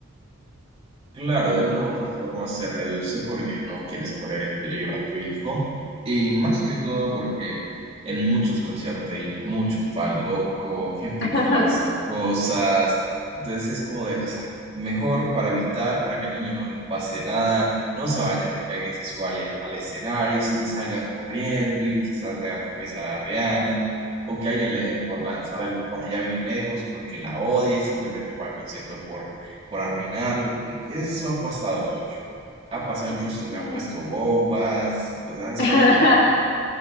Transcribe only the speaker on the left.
<laughs>
Sí,
<laughs>